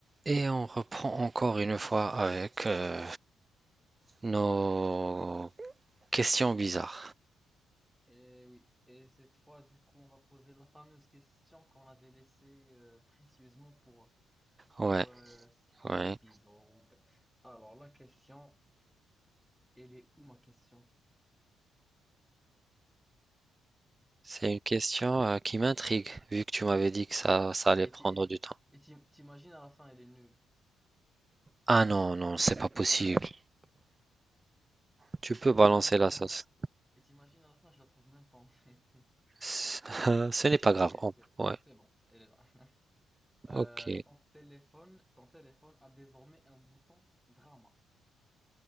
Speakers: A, on the right; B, in the centre.
A: Et on reprend encore une fois avec euh, nos questions bizarres.
B: Et oui, et cette fois, du coup, on va poser la fameuse question qu'on avait laissée euh, précieusement pour,
A: Ouais,
B: pour euh, cet
A: ouais.
B: épisode. Alors, la question, elle est où ma question?
A: C'est une question euh, qui m'intrigue, vu que tu m'avais dit que ça, ça allait
B: Et
A: prendre
B: tu- et-
A: du temps.
B: et tu- t'imagines à la fin, elle est nulle.
A: Ah non, non, c'est pas possible. Tu peux balancer
B: Et t'imagines
A: la
B: à la
A: sauce.
B: fin, et t'imagines à la fin, je la trouve même pas en fait. <laughs>
A: C- <laughs> Ce n'est pas
B: Ok,
A: grave. On-
B: c'est bon,
A: Ouais,
B: c'est bon, elle est là. Euh,
A: ok.
B: ton téléphone, ton téléphone a désormais un bouton drama.